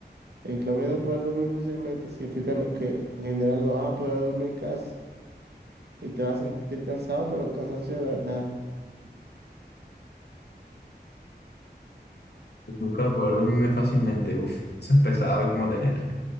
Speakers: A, on the right; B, on the left.
A: En cambio, no poder dormir fácilmente significa lo que en general no vas a poder dormir casi. Y te vas a sentir cansado, pero cansancio de verdad.
B: Nunca voy a poder dormirme fácilmente. Uf, eso es pesado, es como tener